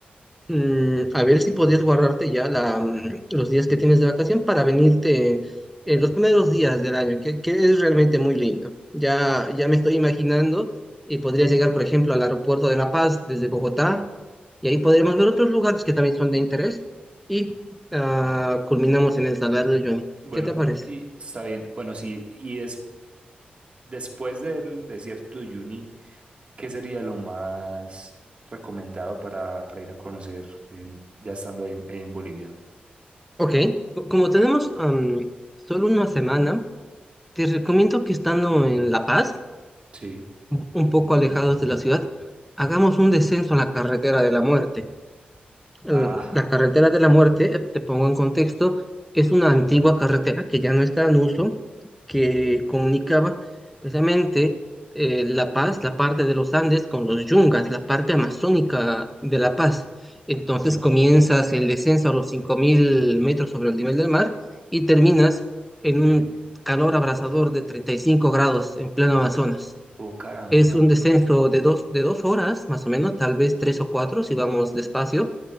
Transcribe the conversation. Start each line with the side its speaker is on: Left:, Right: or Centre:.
Centre: mm, a ver si podías guardarte ya la, mm, los días que tienes de vacación para venirte en los primeros días del año, que, que es realmente muy lindo. Ya, ya me estoy imaginando y podrías llegar, por ejemplo, al aeropuerto de La Paz desde Bogotá y ahí podremos ver otros lugares que también son de interés y ah, culminamos en el Salar de Uyuni.
Right: Bueno,
Centre: ¿Qué te parece?
Right: y, y está bien. Bueno, sí, y es, después del desierto de Uyuni. ¿Qué sería lo más recomendado para, para ir a conocer en- ya estando ahí en, en Bolivia?
Centre: Ok, co- como tenemos am, solo una semana, te recomiendo que estando en La Paz,
Right: Sí.
Centre: un un poco alejados de la ciudad, hagamos un descenso a la carretera de la muerte. eh,
Right: Ah,
Centre: la carretera de la muerte, eh, te pongo en contexto, es una antigua carretera que ya no está en uso, que comunicaba precisamente eh, La Paz, la parte de los Andes, con los Yungas, la parte amazónica de La Paz. Entonces comienzas el descenso a los 5.000 metros sobre el nivel del mar y terminas en un calor abrasador de 35 grados en pleno Amazonas.
Right: oh caramba.
Centre: Es un descenso de dos, de dos horas, más o menos, tal vez tres o cuatro, si vamos despacio,